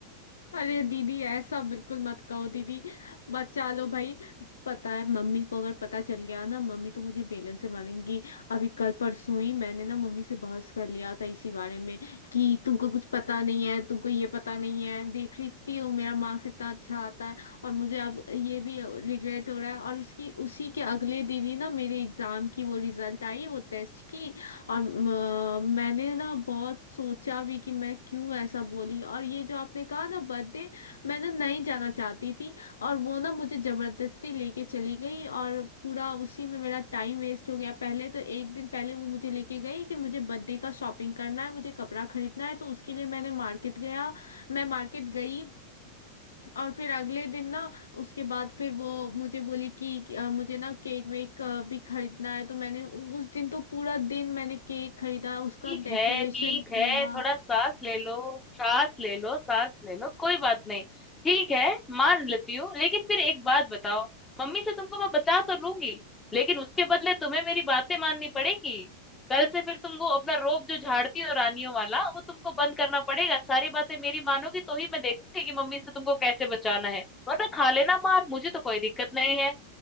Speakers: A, on the left (about 70°); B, on the left (about 15°).
A: अरे दीदी ऐसा बिल्कुल मत कहो दीदी बचा लो भाई पता है मम्मी को अगर पता चल गया ना मम्मी तो मुझे बेलन से मारेंगी अभी कल परसों ही मैंने ना मम्मी से बहस कर लिया था इसी बारे में कि तुमको कुछ पता नहीं है तुमको ये पता नहीं है देख रही थी हूँ मेरा मार्क्स इतना अच्छा आता है और मुझे अब ये भी रिग्रेट हो रहा है और उसकी उसी के अगले दिन ही ना मेरे एग्जाम की वो रिजल्ट आई वो टेस्ट की और म, मैंने ना बहुत सोचा भी कि मैं क्यों ऐसा बोली और ये जो आपने कहा ना बर्थडे मैं ना नहीं जाना चाहती थी और वो ना मुझे जबरदस्ती लेके चली गई और पूरा उसी में मेरा टाइम वेस्ट हो गया पहले तो एक दिन पहले वो मुझे लेके गई कि मुझे बर्थडे का शॉपिंग करना है मुझे कपड़ा खरीदना है तो उसके लिए मैंने मार्केट गया मैं मार्केट गई और फिर अगले दिन ना उसके बाद फिर वो मुझे बोली कि कि, अ, मुझे ना केक वेक अ, भी खरीदना है तो मैंने उ- उस दिन तो पूरा दिन मैंने केक खरीदा उसका
B: ठीक
A: डेकोरेशन
B: है ठीक
A: किया
B: है थोड़ा सांस ले लो सांस ले लो सांस ले लो कोई बात नहीं ठीक है मान लेती हूँ लेकिन फिर एक बात बताओ मम्मी से तुमको मैं बचा तो लूंगी लेकिन उसके बदले तुम्हें मेरी बातें माननी पड़ेंगी कल से फिर तुमको अपना रोब जो झाड़ती हो रानियों वाला वो तुमको बंद करना पड़ेगा सारी बातें मेरी मानोगी तो ही मैं देखूंगी कि मम्मी से तुमको कैसे बचाना है वरना खा लेना मार मुझे तो कोई दिक्कत नहीं है